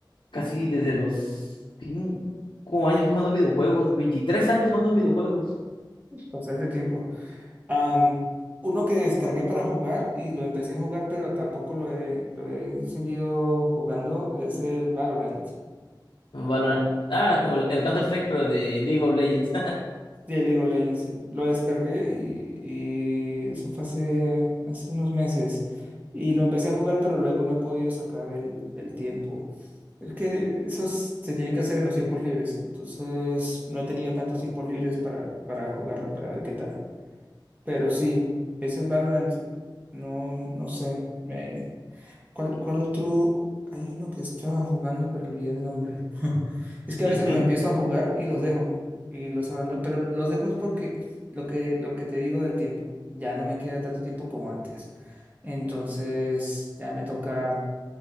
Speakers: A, on the left; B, on the right.
A: casi desde los cinco años jugando videojuegos, 23 años jugando videojuegos,
B: Bastante tiempo. Am, uno que descargué para jugar y lo empecé a jugar, pero tampoco lo he, lo he seguido jugando, es el Valorant.
A: Valorant,
B: Ah,
A: ah, como el, el Counter-Strike, pero de League of Legends.
B: de League of Legends, sí. Lo descargué y, y eso fue hace, hace unos meses. Y lo empecé a jugar, pero luego no he podido sacar el, el tiempo. Es que esos se tienen que hacer en los tiempos libres, entonces no he tenido tantos tiempos libres para, para jugarlo, para ver qué tal. Pero sí, es el Valorant, no, no sé. me- ¿Cuál, cuál otro? Hay uno que estaba jugando, pero olvidé el nombre. <laughs> Es que a
A: <laughs>
B: veces los empiezo a jugar y los dejo, y los abandono, pero los dejo es porque lo que, lo que te digo del tiempo, ya no me queda tanto tiempo como antes. Entonces ya me toca.